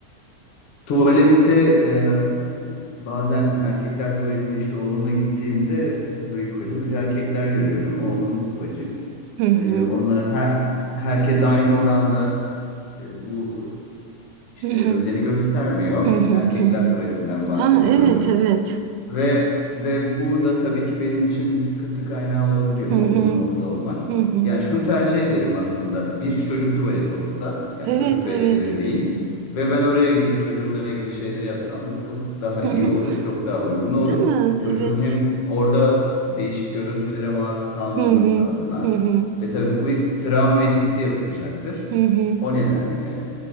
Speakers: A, on the left (about 50°); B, on the right (about 80°).
A: tuvalette e, bazen erkekler tuvaletine işte oğlumla gittiğimde tabii koca koca erkekler görüyorum. Oğlum ufacık.
B: Hı hı.
A: E, onlar her, herkes aynı oranda e, bu işte
B: <laughs>
A: özeni göstermiyor.
B: Hı hı
A: Erkekler
B: hı hı.
A: tuvaletinden bahsediyorum.
B: Aa, evet evet.
A: Ve ve bu da tabii ki benim için bir sıkıntı kaynağı olabiliyor
B: Hı
A: oğlumla
B: hı
A: orada olmak.
B: hı hı.
A: Yani şunu tercih ederim aslında. Bir çocuk tuvaleti olsa, yani
B: Evet
A: çocuk
B: evet.
A: ve ebeveyn ve ben oraya gidip çocuğunla ilgili şeyleri yapsam bu çok daha
B: Hı
A: iyi
B: hı.
A: olur, çok daha uygun olur.
B: Değil mi?
A: Çocuğun
B: Evet.
A: hem orada değişik görüntülere maruz kalmaması
B: Hı hı
A: adına
B: hı hı
A: ve tabii bu bir travma etkisi yapacaktır.
B: hı hı.
A: O nedenle